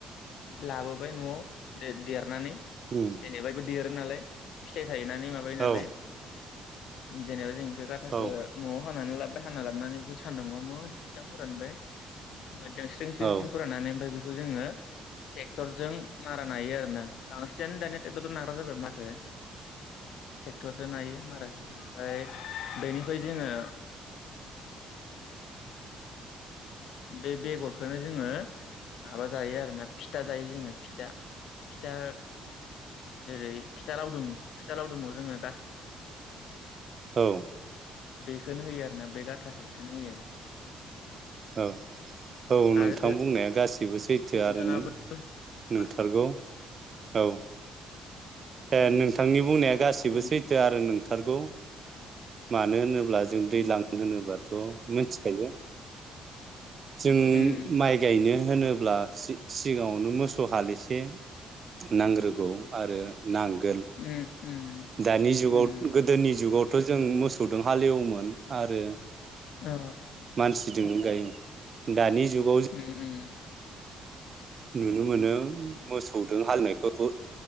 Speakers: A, on the left; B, on the right.
A: लाबोबाय न'आव दो-देरनानै
B: उम
A: जेनेबा देरनानै नालाय फिथाइ थायनानै माबायो नालाय
B: औ
A: जनेबा जिं बे गाथाखो
B: औ
A: न'आव हानानै लाबोबाय हाना लाबोनानै बेखौ सानदुंआव मोजां फ फोरानबाय मोजां स्रें स्रें
B: औ
A: स्रें फोरानानै ओमफ्राय बि बेखौ जोङो टेक्टरजों मारा नायायो आरोना बांसिनानो दानिया टेक्टरदो नाग्रा जाबाय माखो ट्रेक्टरजों नायो मारा खो ओमफाय बेनिफाय जोङो बे बेगर खोनो जोङो माबा जायो आरोना फिथा जायो जोङो फिथा फिथा ओरै फिथा लावदुम फिथा लावदुमाव जोङो गा
B: औ
A: बेखोनो होयो आरोना बे गाथाखो एखोनो होयो।
B: औ। औ नोंथां
A: आरो
B: बुंनाया गासिबो सैथो
A: नोंथाङाबो
B: आरो नों नोंथारगौ।
A: मा
B: औ। ओ
A: उम
B: नोंथांनि बुंनाया गासिबो
A: उम
B: सैथो आरो नों थारगौ मानो होनोब्ला जों दैज्लां होनोबाथ' मोनथिखायो जों
A: उम
B: माइ गायनो होनोब्ला सि-सिगाङावनो मोसौ हालसे नांग्रोगौ आरो नां गोल
A: उम उम
B: दानि जुगाव
A: उम
B: गोदोनि जुगाव थ' जों मोसौजों हालेवोमोन आरो
A: अ
B: मानसि गिदिं नों गायोमोन दानि जुगाव
A: उम उम उम।
B: नुनो मोनो मोसौजों हालेनायखौबो